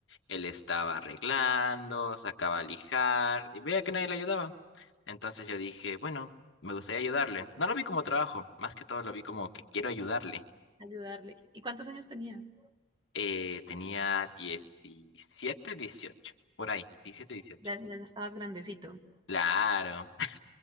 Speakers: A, on the left; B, on the right.
A: Él estaba arreglando, sacaba a lijar y veía que nadie le ayudaba. Entonces yo dije, bueno, me gustaría ayudarle. No lo vi como trabajo, más que todo lo vi como que quiero ayudarle.
B: ayudarle. ¿Y cuántos años tenías?
A: Eh, tenía 17, 18, por ahí, 17, 18.
B: Ya, ya estabas grandecito.
A: Claro. <laughs>